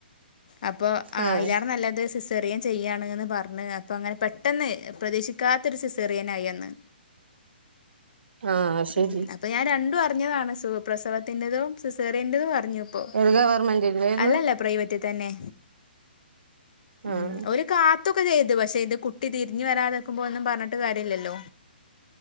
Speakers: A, on the left; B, on the right.
A: അപ്പൊ ആ
B: ആഹ്
A: അയിലേറെ നല്ലത് സിസേറിയൻ ചെയ്യാണ്ന്ന് പർഞ്ഞ് അപ്പൊ അങ്ങനെ പെട്ടെന്ന് പ്രതീക്ഷിക്കാത്തൊരു സിസേറിയനായി അന്ന്
B: ആഹ് ശരി
A: ഉം അപ്പൊ ഞാൻ രണ്ടും അറിഞ്ഞതാണ് സുഖപ്രസവത്തിന്റതും സിസേറിയന്റേതും അറിഞ്ഞു ഇപ്പൊ.
B: ഏത് ഗവർമെന്റിന്റെയായിരുന്നു
A: അല്ലല്ല പ്രൈവറ്റി തന്നെ ഉം
B: ആഹ്
A: ഓരു കാത് ത്തൊക്കെ ചെയ്തു പക്ഷെ ഇത് കുട്ടി തിരിഞ്ഞു വരാതിക്കുമ്പോ ഒന്നും പറഞ്ഞിട്ട് കാര്യല്ലല്ലോ